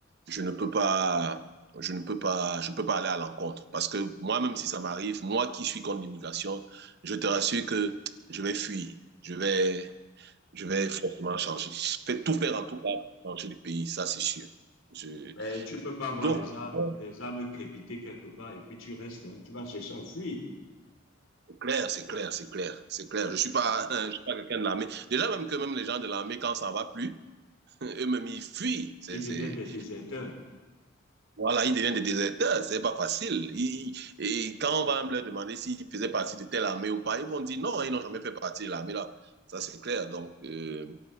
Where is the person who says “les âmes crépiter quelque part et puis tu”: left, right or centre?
Left